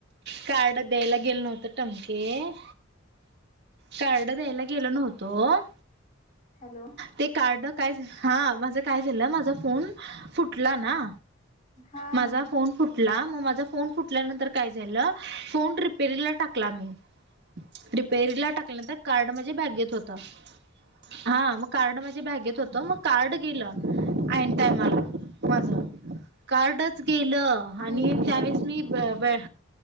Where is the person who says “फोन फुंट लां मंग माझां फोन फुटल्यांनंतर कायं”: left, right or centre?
Right